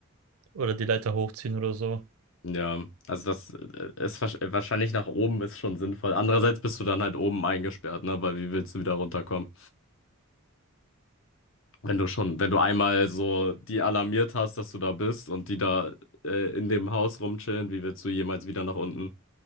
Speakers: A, on the right; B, on the left.
A: oder die Leiter hochziehen oder so.
B: Ja, also das äh, ist wahrsch- äh, wahrscheinlich nach oben ist schon sinnvoll. Andererseits bist du dann halt oben eingesperrt, ne? Weil wie willst du wieder runterkommen? Wenn du schon, wenn du einmal so die alarmiert hast, dass du da bist und die da äh, in dem Haus rumchillen, wie willst du jemals wieder nach unten?